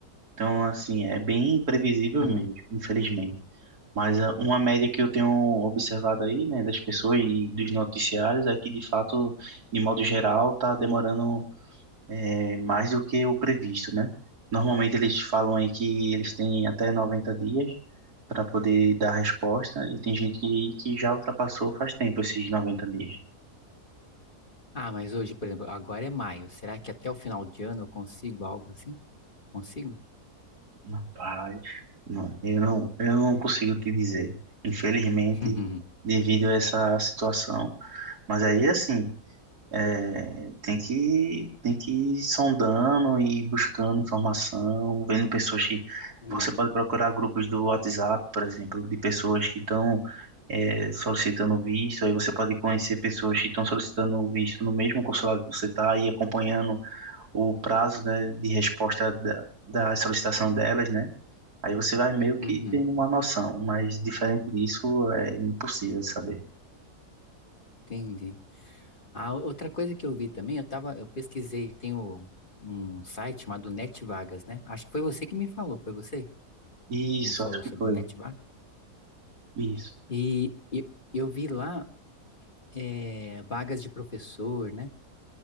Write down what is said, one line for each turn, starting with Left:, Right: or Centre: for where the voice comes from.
Right: Então, assim, é bem previsível
Left: uhum.
Right: mesmo, infelizmente. Mas ah, uma média que eu tenho observado aí, né, das pessoas e dos noticiários é que, de fato, de modo geral, tá demorando eh, mais do que o previsto, né? Normalmente eles falam aí que eles têm até 90 dias para poder dar resposta e tem gente que, que já ultrapassou faz tempo esses noventa dias.
Left: Ah, mas hoje, por exemplo, agora é maio. Será que até o final de ano eu consigo algo assim? Eu consigo?
Right: Rapaz, não, eu não, eu não consigo te dizer. Infelizmente,
Left: <laughs>
Right: devido a essa situação, Mas aí, assim, é, tem que, tem que ir sondando e buscando informação, vendo pessoas que.
Left: Uhum,
Right: Você
Left: uhum,
Right: pode procurar grupos do WhatsApp, por exemplo, de pessoas que estão é, solicitando visto. Aí você pode conhecer pessoas que estão solicitando visto no mesmo consulado que você está e acompanhando o prazo, né, de resposta da, da solicitação delas, né? Aí você vai meio que
Left: uhum.
Right: tendo uma noção, mas diferente disso é impossível de saber.
Left: Entendi. Ah, outra coisa que eu vi também, eu tava, eu pesquisei, tem o- um site chamado NetVagas, né? Acho que foi você que me falou, foi você
Right: Isso,
Left: que me falou
Right: acho que
Left: sobre
Right: foi.
Left: NetVagas.
Right: Isso.
Left: E e- eu, vi lá eh, vagas de professor, né?